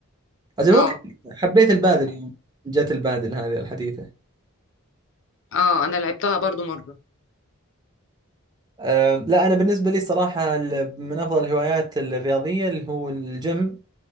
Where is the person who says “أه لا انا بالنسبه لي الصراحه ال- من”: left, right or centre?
Right